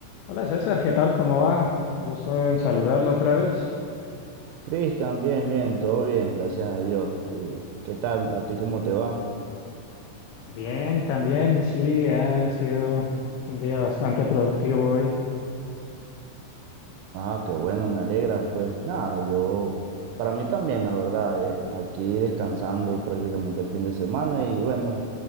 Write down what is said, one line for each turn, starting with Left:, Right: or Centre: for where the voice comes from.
Left: Hola César, ¿qué tal? ¿Cómo va? Gusto en saludarlo otra vez.
Right: Cristian, bien, bien, todo bien, gracias a Dios. ¿Y qué tal? ¿A ti cómo te va?
Left: Bien, también, sí, ha sido un día bastante productivo hoy.
Right: Ah, qué bueno, me alegra. Pues nada, yo, para mí también, la verdad, eh, aquí descansando prácticamente el fin de semana y bueno,